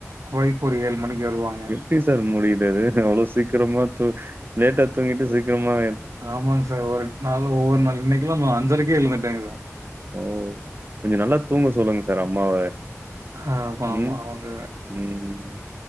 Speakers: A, on the right; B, on the right.
A: ஒய்ஃப் ஒரு ஏழு மணிக்கு வருவாங்க
B: ப்டி சார் முடியுது அது அவ்ளோ சீக்கிரமா தூ லேட்டா தூங்கிட்டு சீக்கரமா
A: ஆமாங் சார் ஒரு நாள் ஒவ்வொரு நாள் இன்னைக்குல்லா நா அஞ்சரைக்கே எழுந்துட்டேங்க சார்
B: ஓ கொஞ்சொ நல்லா தூங்க சொல்லுங்க சார் அம்மாவ
A: ஆமாமா
B: ம்
A: அவங்க
B: ம்